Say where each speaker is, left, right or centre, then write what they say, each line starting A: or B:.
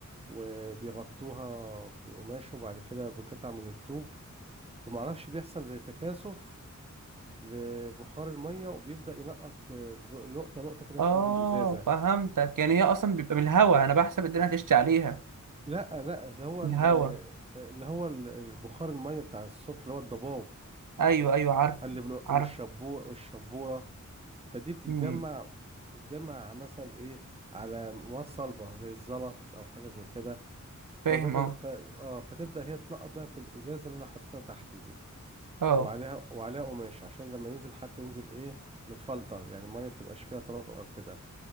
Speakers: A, on the right; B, on the right.
A: وبيغطوها بقماش وبعد كده بقطع من الطوب فمعرفش بيحصل زي تكاثف لبخار الميه وبيبدأ ينقط آه، جو- نقطة نقطة كده
B: اه
A: في قلب الإزازة
B: فهمتك يعني هي اصلا بيبقى بالهوا انا بحسب الدنيا هتشتي عليها
A: لا لا اللي هو
B: الهوا
A: ال- آه، اللي هو ال- البخار الميه بتاع الصبح اللي هو الضباب
B: ايوه ايوه عارفه
A: اللي بن...
B: عارف
A: والشبو والشبورة فدي بتتجمع
B: مم،
A: بتتجمع مثلا ايه على مواد صلبة زي الزلط او حاجة زي كده فبدل
B: فاهم اه
A: ف... اه فتبدأ هي تنقط بقى في الإزازة اللي انا حاططها تحت دي
B: اه
A: وعليها وعليها قماش عشان لما ينزل حتى ينزل ايه متفلتر يعني الميه ما تبقاش فيها تراب او كده